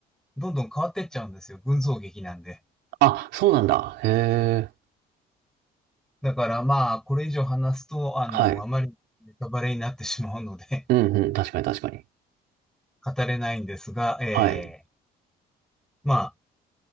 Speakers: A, in the centre; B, on the right.
A: どんどん変わってっちゃうんですよ。群像劇なんで。
B: あ、そうなんだ。へえ。
A: だからまあ、これ以上話すと、あの、
B: はい。
A: あまりネタバレになってしまうので
B: うんうん。確かに確かに。
A: <laughs> 語れないんですが、ええ
B: はい。
A: ま